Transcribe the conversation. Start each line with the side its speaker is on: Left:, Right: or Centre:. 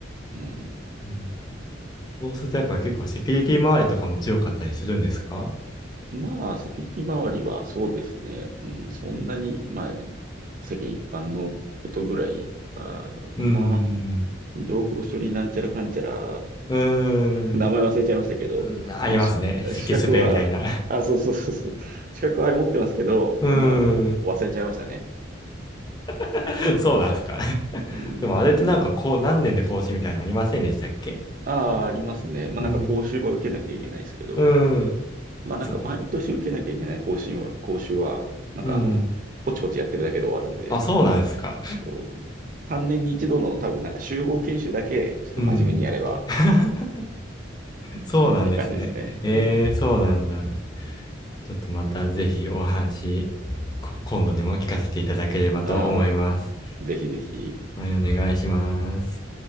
Right: うん、
Left: うんそうするとやっぱ結構セキュリティ周りとかも強かったりするんですかう
Right: まあ、セキュリティ周りはそうですね。うん、そんなに、まあ、世間一般のことぐらいあーかな。
Left: ーん。
Right: 情報処理なんちゃらかんちゃら、
Left: うーん。
Right: 名前忘れちゃいましたけど、
Left: うんありますね。
Right: のし資格は、
Left: <laughs> 咳スペみたいな。
Right: あ、そうそうそうそう、資格はあれ持ってますけど、
Left: うーん。
Right: まあもう忘れちゃいましたね。
Left: <laughs> そうなんですか。<laughs>
Right: うん、
Left: でもあれってなんかこう、
Right: もう
Left: 何年で更新みたいなのありませんでしたっけ
Right: ああ、ありますね。まあなんか講習は受けなきゃいけないですけど、
Left: うん。うーん。
Right: まあなんか毎年受けなきゃいけない講習は、
Left: そこ。
Right: 講習は、なんかあの、
Left: うん。
Right: ポチポチやってるだけで終わるんで、
Left: あ、そうなんですか。
Right: そう、3年に一度の多分なんか集合研修だけ、ちょっと真面目にやれば、
Left: うん。<laughs> そうなんですね。
Right: いい感じですね。
Left: えー、
Right: うん。
Left: そうなんだ。ちょっとまたぜひお話、こ今度でも聞かせていただければと思います。
Right: ああ、ぜひぜひ、
Left: はい、お願いします。